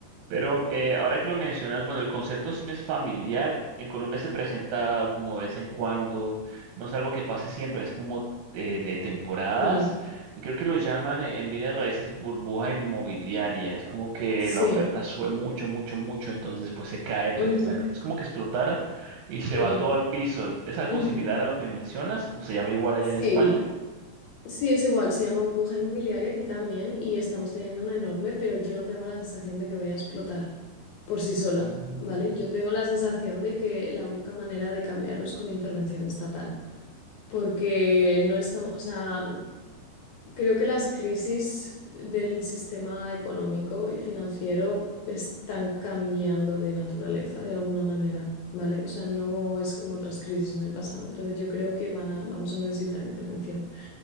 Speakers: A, on the right; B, on the left.
A: Pero eh, ahora que lo mencionas, bueno, el concepto sí me es familiar. En Colombia se presenta como de vez en cuando, no es algo que pase siempre, es como eh, de temporadas.
B: Mm,
A: Y creo que lo llaman eh, en bienes raíces burbuja inmobiliaria. Es como que
B: sí.
A: la oferta sube mucho, mucho, mucho, entonces después se cae precisamente.
B: ujú,
A: Es como que explotara y se
B: mm,
A: va todo al piso. ¿Es algo
B: ujú.
A: similar a lo que me mencionas? ¿O se llama igual allá
B: Sí,
A: en España?
B: Sí, es igual, se llama burbuja inmobiliaria aquí también y estamos teniendo una enorme, pero yo no tengo la sensación de que vaya a explotar por sí sola,
A: Mm.
B: ¿vale? Yo tengo la sensación de que la única manera de cambiarlo es con intervención estatal, porque no estamos, o sea, creo que las crisis del sistema económico y financiero están cambiando de naturaleza de alguna manera, ¿vale? O sea, no es como otras crisis en el pasado, entonces yo creo que va- vamos a necesitar intervención.